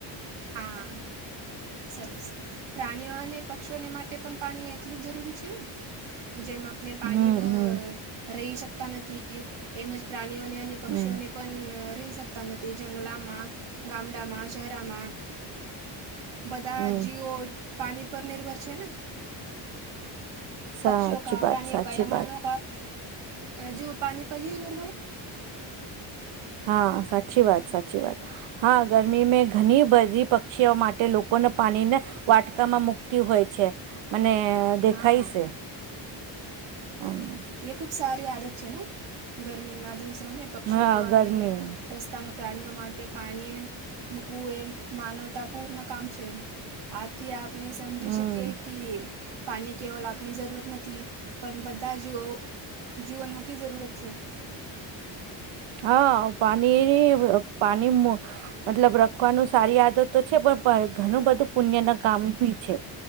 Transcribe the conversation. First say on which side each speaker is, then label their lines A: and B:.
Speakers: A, on the right; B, on the right.
A: હા સરસ પ્રાણીઓ અને પક્ષીઓને માટે પણ પાણી એટલું જ જરૂરી છે ને જેમ આપણે
B: હમ
A: પાણી
B: હમ
A: રહી શકતા નથી એમજ પ્રાણીઓને પક્ષીઓને
B: હમ
A: પણ રહી શકતા નથી જંગલામાં ગામડામાં શહેરામાં બધા
B: હમ
A: જીઓ પાણી પર નિર્ભર છે ને
B: સાચી
A: પક્ષઓ ક
B: વાત
A: પ્રાણીઓ
B: સાચી
A: ક યા માનવ
B: વાત
A: જીવ પાણી પર હ નિર્ભર
B: હા, સાચી વાત સાચી વાત. હા ગરમી મેં ઘણી બધી પક્ષીઓ માટે લોકોને પાણીને વાટકામાં મુકતી હોય છે અને દેખાઈ
A: હા
B: શે હમ્મ.
A: એ ખૂબ સારી આદત છે ને ગરમીના દિવસોને પક્ષીઓ
B: હા ગરમી
A: અને રસ્તાના પ્રાણીઓ માટે પાણી મૂકવું એ માનવતાપૂર્ણ કામ છે. આથી આપ આપને સમજી
B: હમ
A: શકીએ કી પાણી કેવલ આપની જરૂરત નથી પણ બધા જ જો જીવનનું કી જરૂરત છે.
B: હા પાણીની પાની મતલબ રખવાનું સારી આદત તો છે પણ પ ઘણું બધું પુણ્યના કામ બી છે.